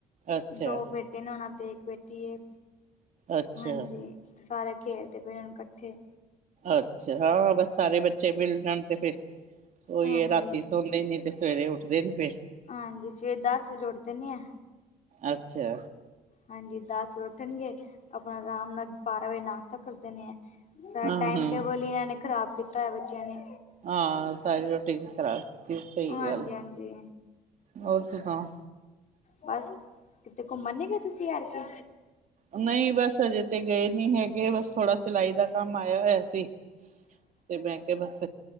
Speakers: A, on the right; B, on the left.
A: ਅੱਛਾ
B: ਦੋ ਬੇਟੇ ਤਿੰਨ ਨਣਾ ਦੇ ਇੱਕ ਬੇਟੀ ਹੈ।
A: ਅੱਛਾ
B: ਹਾਂਜੀ ਤੇ ਸਾਰੇ ਖੇਲਦੇ ਪ ਇਕੱਠੇ
A: ਅੱਛਾ। ਹਾਂ, ਬਸ ਸਾਰੇ ਬੱਚੇ ਮਿਲ ਜਾਣ ਤੇ ਫਿਰ ਉਹੀਏ
B: ਹਾਂਜੀ
A: ਰਾਤੀ ਸੌਂਦੇ ਨੀ ਤੇ ਸਵੇਰੇ ਉੱਠਦੇ ਨ ਫਿਰ
B: ਹਾਂਜੀ, ਸਵੇਰ ਦਸ ਵਜੇ ਉੱਠਦੇ ਨੀ ਆ
A: ਅੱਛਾ।
B: ਹਾਂਜੀ। ਦਸ ਵ ਉੱਠਣਗੇ ਆਪਣਾ ਆਰਾਮ ਨਾਲ ਬਾਰਾਂ ਵਜੇ ਨਾਸ਼ਤਾ ਕਰਦੇਣੇ। ਸਾਰਾ
A: ਹਾਂ
B: ਟਾਈਮ
A: ਹਾਂ
B: ਟੇਬਲ ਹੀ ਇਹਨਾਂ ਨੇ ਖ਼ਰਾਬ ਕੀਤਾ ਹੋਆ ਬੱਚਿਆਂ ਨੇ
A: ਹਾਂ, ਸਾਰੀ ਰੋਟੀਨ ਖ਼ਰਾਬ ਕੀਤੀ। ਸਹੀ
B: ਹਾਂਜੀ
A: ਗੱਲ,
B: ਹਾਂਜੀ
A: ਹੋਰ ਸੁਣਾਓ।
B: ਬਸ, ਕਿਥੇ ਘੁੰਮਣ ਨ ਗ ਤੁਸੀਂ ਯਾਰ ਕੇ
A: ਨਹੀਂ ਬਸ, ਅਜੇ ਤੇ ਗਏ ਨਹੀਂ ਹੈਗੇ। ਬਸ, ਥੋੜਾ ਸਿਲਾਈ ਦਾ ਕੰਮ ਆਇਆ ਹੋਇਆ ਸੀ।
B: <unintelligible> <inaudible>
A: ਤੇ ਮੈਂ ਕਿਹਾ- ਬਸ,